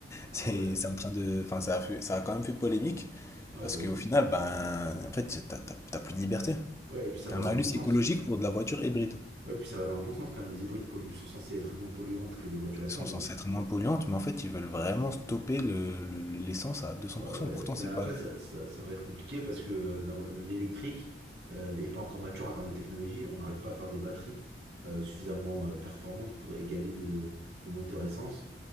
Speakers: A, on the right; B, on the left.
A: Ah
B: c'est
A: ouais.
B: c'est en train de. Enfin, ça a fait- ça a quand même fait polémique,
A: Ouais,
B: parce
A: bah
B: qu'au
A: oui.
B: final, ben, en fait, t'as t'as- t'as plus de liberté.
A: Ouais, et puis ça va
B: Un
A: dans
B: malus
A: le bon sens.
B: écologique pour de la voiture hybride.
A: Ouais, et puis ça va dans le bon sens, quand même. Les hybrides polluent, sont censés être moins polluantes que les voitures essence,
B: Ils sont censés
A: donc
B: être moins polluantes, mais en fait, ils veulent vraiment stopper le- le- l'essence à 200%.
A: Ouais, ouais,
B: Pourtant,
A: mais
B: c'est
A: après,
B: pas,
A: ça, ça- ça va être compliqué parce que euh, dans- l'électrique euh, n'est pas encore mature en termes de technologie. On n'arrive pas à faire des batteries euh, suffisamment euh, performantes pour égaler le, le moteur essence.